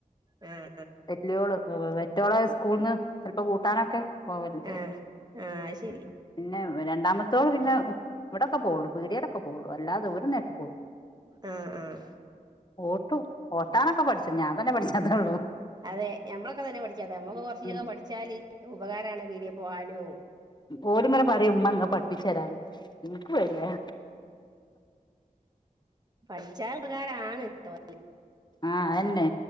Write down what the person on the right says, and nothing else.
<unintelligible>
ആഹ് ആഹ് അത് ശരി
ആഹ് ആഹ്
അതെ ഞമ്മളൊക്കെ തന്നെ പഠിക്കാത്തെ നമ്മക്ക് കൊർച്ചീചൊക്കെ
പഠിച്ചാല് ഉപകാരാണ് പീടിയെ പോവാനും
പഠിച്ചാൽഉപകാരാണ് ഇട്ടോ